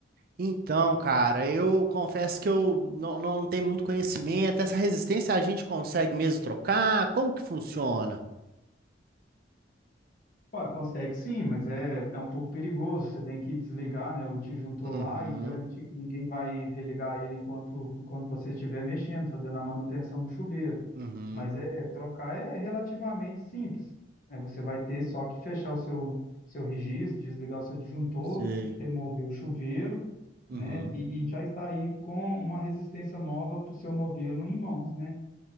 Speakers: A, on the right; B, on the left.
A: Então, cara, eu confesso que eu não, não tenho muito conhecimento. Essa resistência a gente consegue mesmo trocar? Como que funciona?
B: Ué, consegue sim, mas é, é um pouco perigoso. Você tem que desligar, né, o disjuntor
A: Uhum,
B: lá e garantir que ninguém vai religar ele enquanto, enquanto você estiver mexendo, fazendo a manutenção no chuveiro.
A: uhum,
B: Mas é trocar é relativamente simples. né? Você vai ter só que fechar o seu, seu registro, desligar o seu disjuntor,
A: sei.
B: remover o chuveiro,
A: Uhum.
B: né? E, e já está aí com uma resistência nova para o seu modelo em mãos, né?